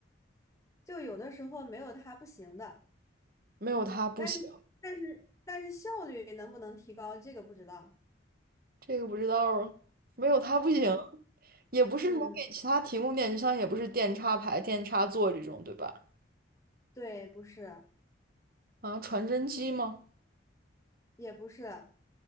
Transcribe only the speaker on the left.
就有的时候没有它不行的，
但是但是但是效率能不能提高，这个不知道。
嗯
嗯，
对，不是，
也不是，